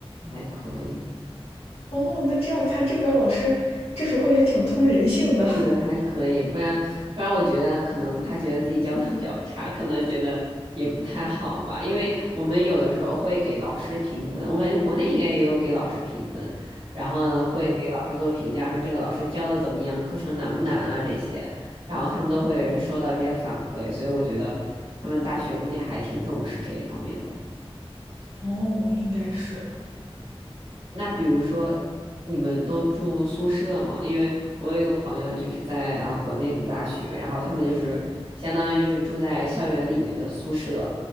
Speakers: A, on the right (about 80°); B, on the left (about 80°).
A: 还可以。
B: 哦，那这样看，这边老师这时候也挺通人性的。
A: 对对，还可以，不然不然，我觉得可能他觉得自己教的比较差，可能觉得也不太好吧。因为我们有的时候会给老师评分，我感觉国内应该也有给老师评分，然后呢会给老师做评价，说这个老师教的怎么样，课程难不难啊这些，然后他们都会收到这些反馈，所以我觉得他们大学估计还挺重视这一方面的。
B: 哦，应该是的。
A: 那比如说，你们都住宿舍吗？因为我有一个朋友就是在啊、国内读大学，然后他们就是相当于就是住在校园里面的宿舍，